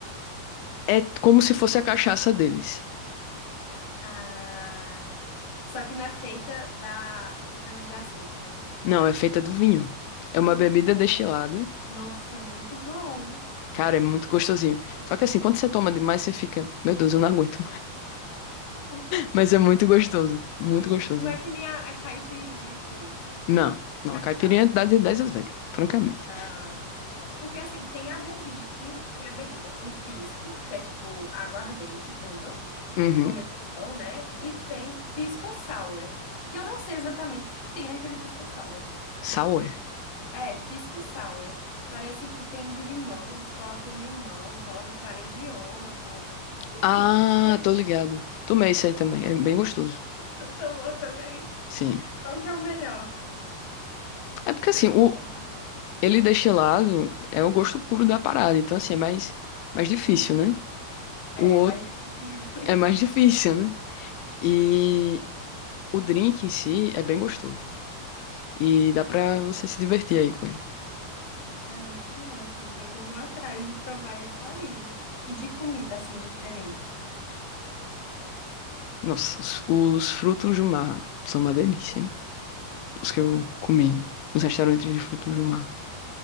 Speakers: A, on the left (about 85°); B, on the left (about 65°).
A: é como se fosse a cachaça deles.
B: Ah. Só que não é feita da, de cana-de-açúcar,
A: Não,
B: né?
A: é feita do vinho. É
B: Duvi...
A: uma bebida destilada.
B: Ai, nossa, muito bom.
A: Cara, é muito gostosinho. Só que assim, quando você toma demais, você fica, meu Deus, eu não aguento.
B: <laughs> Por-
A: Mas é muito gostoso. Muito gostoso.
B: Tipo, Não é que nem a, a caipirinha aqui,
A: Não,
B: a
A: não.
B: cachaça.
A: A caipirinha dá de 10 a zero, francamente.
B: Ah, porque assim, tem a bebi, tem, o- tem a bebida, o pisco, que é tipo aguardente e tudo,
A: Uhum.
B: como eles falam, né? E tem pisco sour, que eu não sei exatamente o que tem naquele pisco sour.
A: Sour.
B: É, pisco sour. Parece que tem limão, eles colocam limão, colocam clara de ovo. Enfim,
A: Ah,
B: foi-
A: tô ligada. Tomei isso aí também. É bem gostoso.
B: tu tomou também.
A: Sim.
B: Qual que é o melhor
A: É porque
B: pra,
A: assim,
B: assim,
A: o
B: pra provar?
A: ele destilado é o gosto puro da parada. Então, assim, é mais, mais difícil,
B: Uhum.
A: né?
B: É,
A: O outro
B: mais difícil. <laughs>
A: é mais <laughs> difícil, né? E o drink em si é bem gostoso. E dá pra você se divertir aí com ele.
B: Ai, que ótimo, pois eu vou atrás de provar isso aí. E de comida, assim, diferente.
A: Nossa, os, os frutos do mar são uma delícia. os que eu comi nos restaurantes de frutos do mar.